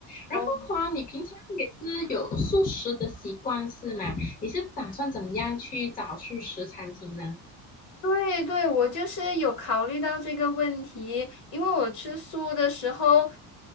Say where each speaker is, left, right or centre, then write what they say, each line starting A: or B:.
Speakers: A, on the left (about 25°); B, on the left (about 55°).
A: 然后啊，
B: 哦。
A: 你平常也是有素食的习惯是吗？你是打算怎么样去找素食餐厅呢？
B: 对对，我就是有考虑到这个问题，因为我吃素的时候，